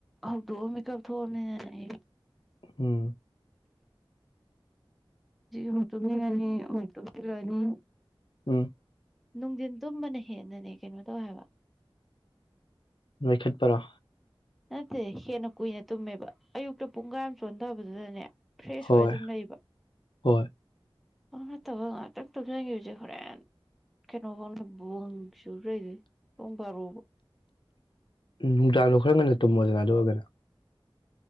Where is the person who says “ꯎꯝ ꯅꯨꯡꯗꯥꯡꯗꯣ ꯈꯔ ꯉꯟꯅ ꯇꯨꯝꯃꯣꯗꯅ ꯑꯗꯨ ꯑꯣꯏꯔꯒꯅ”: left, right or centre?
Left